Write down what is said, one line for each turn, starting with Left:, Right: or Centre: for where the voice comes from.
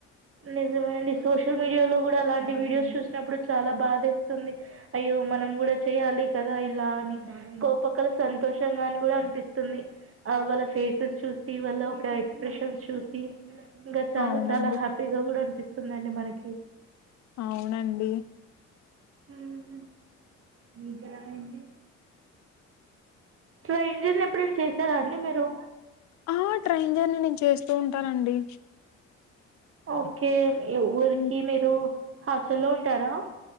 Right: నిజమే అండి సోషల్ మీడియాలో కూడా అలాంటి వీడియోస్ చూసినప్పుడు చాలా బాధేస్తుంది అయ్యో మనం కూడా చెయ్యాలి కదా ఇలా అని కోపకల సంతోషంగాని కూడా అనిపిస్తుంది ఆ వాళ్ళ ఫేసెస్ చూసి వాళ్ళ ఒక ఎక్స్ప్రెషన్స్ చూసి ఇంకా చాలా
Left: అవునండి
Right: చాలా హ్యాపీగా కూడా అనిపిస్తుందిండి మనకి
Left: అవునండి
Right: ఉ నీకు ఎలా అయింది ట్రైన్ జర్నీ ఎప్పుడు అన్న చేసారా అండి మీరు
Left: ఆ ట్రైన్ జర్ని నేన్ చేస్తూ ఉంటానండి
Right: ఓకే యే ఊరికి
Left: హ్మ్.
Right: మీరు హాస్టల్లో ఉంటారా